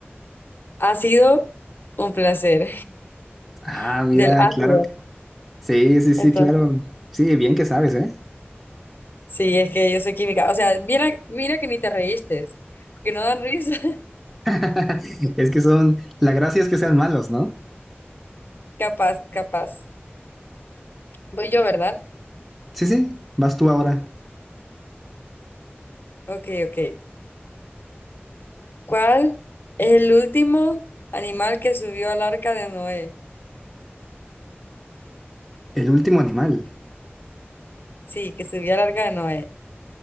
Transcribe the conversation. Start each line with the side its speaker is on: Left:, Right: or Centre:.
Left: ha sido un placer
Centre: Ah,
Left: <laughs>
Centre: mira,
Left: del ácido.
Centre: claro Sí, sí, sí,
Left: Entonces.
Centre: claro. Sí, bien que sabes, ¿eh?
Left: Sí, es que yo soy química. O sea, mira, mira que ni te reíste, que no dan risa. <laughs>
Centre: <laughs> Es que son, la gracia es que sean malos, ¿no?
Left: Capaz, capaz. Voy yo, ¿verdad?
Centre: Sí, sí, vas tú ahora.
Left: Ok, ok. ¿Cuál es el último animal que subió al arca de Noé?
Centre: El último animal.
Left: Sí, que subió al arca de Noé.